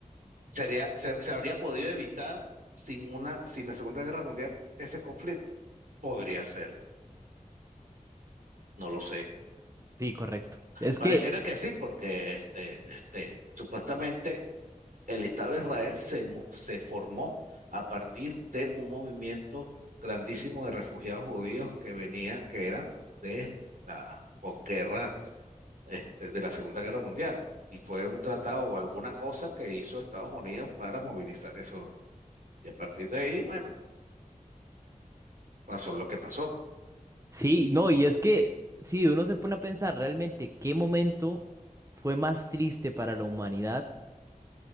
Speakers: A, on the right; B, on the right.
A: Sería, se, se habría podido evitar sin una, sin la Segunda Guerra Mundial ese conflicto. Podría ser, no lo sé.
B: Sí, correcto. Es
A: Pareciera
B: que,
A: que sí, porque este, este, supuestamente el Estado de Israel se, mo- se formó a partir de un movimiento grandísimo de refugiados judíos que venía, que eran de la posguerra, este, de la Segunda Guerra Mundial. Y fue un tratado o alguna cosa que hizo Estados Unidos para movilizar eso. Y a partir de ahí, bueno, pasó lo que pasó. pues.
B: sí, no, y es que, sí, uno se pone a pensar realmente qué momento fue más triste para la humanidad,